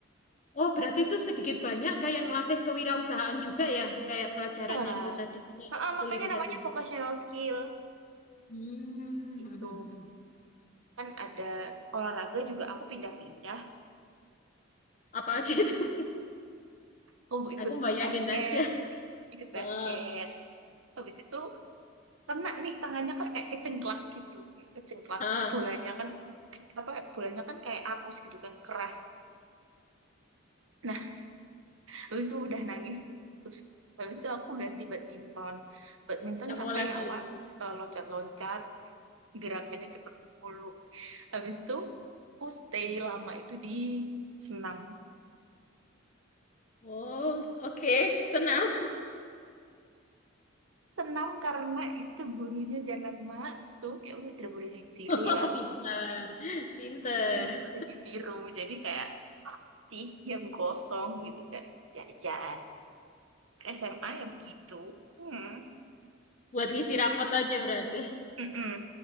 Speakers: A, on the left; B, on the right.
A: Oh, berarti itu sedikit banyak kayak ngelatih kewirausahaan juga ya, kayak pelajaran
B: Iya.
A: yang itu tadi, kayak
B: Heeh,
A: ekskul
B: makanya
A: itu
B: namanya
A: tadi.
B: vocational skill
A: Hmm.
B: gitu. Kan ada olahraga juga aku pindah-pindah.
A: <laughs> Apa aja itu?
B: Kamu ikut
A: Aku bayangin
B: basket,
A: aja.
B: ikut
A: Heeh,
B: basket. Habis itu kena nih tangannya kan kayak kecengklak gitu loh. Kayak kecengklak
A: heeh.
B: bolanya kan apa bolanya kan kayak apus gitu kan keras. Nah, habis itu udah nangis. Terus habis itu aku ganti badminton. Badminton
A: Nggak
B: capek
A: mau lagi.
B: ya, Wak. Eh, Loncat-loncat, gerakannya cepet mulu. Habis itu aku stay lama itu di senam.
A: Oh, oke. Senam.
B: Senam karena itu gurunya jarang masuk. Ya udah tidak boleh ditiru
A: <laughs>
B: ya.
A: Pinter, pinter.
B: Tidak boleh ditiru. Jadi kayak pasti jam kosong gitu kan. Jajan. SMA ya begitu. Hmm.
A: Buat ngisi
B: Terus
A: rapot aja berarti.
B: Mm-mm.